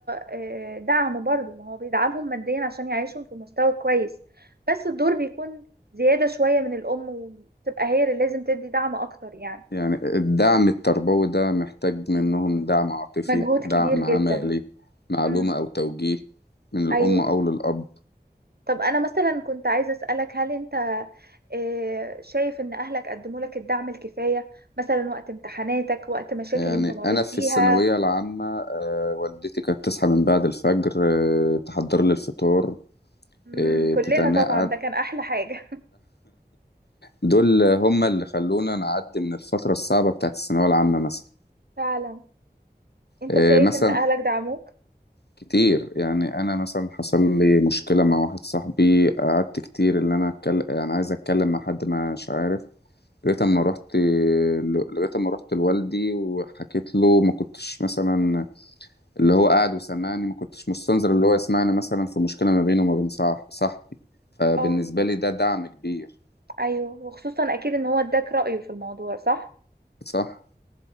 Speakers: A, on the right (about 65°); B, on the left (about 70°).
A: آه، دعم برضه ما هو بيدعمهم ماديا عشان يعيشهم في مستوى كويس بس الدور بيكون زيادة شوية من الام وتبقى هي اللي لازم تدي دعم اكتر يعني
B: يعني الدعم التربوي ده محتاج منهم دعم عاطفي
A: مجهود
B: دعم
A: كبير جدا
B: عملي معلومة
A: امم
B: أو توجيه من الأم
A: ايوه
B: أو للأب
A: طب انا مثلا كنت عايزه اسالك هل انت آه، شايف ان اهلك قدموا لك الدعم الكفايه مثلا وقت امتحاناتك وقت مشاكل
B: يعني
A: انت مريت
B: أنا في
A: بيها
B: الثانوية العامة آه، والدتي كانت تصحى من بعد الفجر آه، تحضر لي الفطار
A: امم
B: آه،
A: كلنا
B: تتنقع
A: طبعا ده كان احلى حاجه
B: دول هم اللي خلونا نعدي من الفترة الصعبة بتاعت الثانوية العامة مثلا
A: <laughs> فعلا انت
B: إيه
A: شايف
B: مثلا
A: ان اهلك دعموك
B: كتير يعني أنا مثلا حصل لي مشكلة مع واحد صاحبي قعدت كتير اللي أنا أتكلم يعني عايز أتكلم مع حد مش عارف لغاية أما رحت لغاية أما رحت لوالدي وحكيت له ما كنتش مثلا اللي هو قاعد وسمعني ما كنتش مستنظر اللي هو يسمعني مثلا في مشكلة ما بينه وما بين صاح- صاحبي فبالنسبة
A: اه
B: لي ده دعم كبير
A: ايوه وخصوصا اكيد ان هو اداك رايه في الموضوع صح
B: صح؟